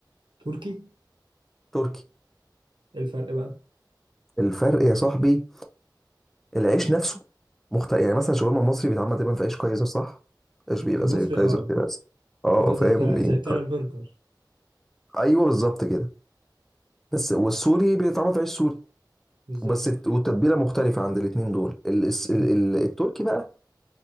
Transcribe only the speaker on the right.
تركي
إيه الفرق بقى
المصري
اه
اللي
هو زي
بتاع
زي بتاع البرجر
بالظبط
مم.